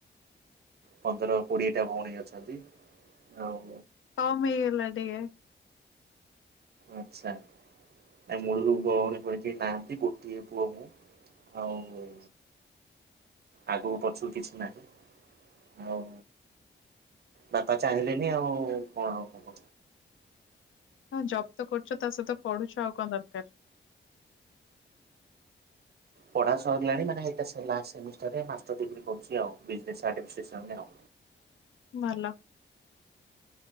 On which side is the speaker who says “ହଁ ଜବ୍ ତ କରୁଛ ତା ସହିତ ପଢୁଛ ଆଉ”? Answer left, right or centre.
Left